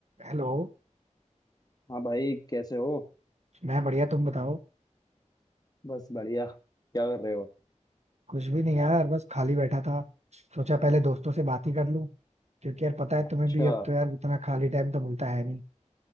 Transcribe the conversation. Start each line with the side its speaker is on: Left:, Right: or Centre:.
Right: Hello
Left: हाँ भाई कैसे हो
Right: मैं बढ़िया तुम बताओ
Left: बस बढ़िया क्या कर रहे हो
Right: कुछ भी नहीं यार बस खाली बैठा था सोचा पहले दोस्तों से बात ही कर लूं क्योंकि यार पता है
Left: अच्छा
Right: तुम्हें भी अब तो यार उतना खाली टाइम तो मिलता है नहीं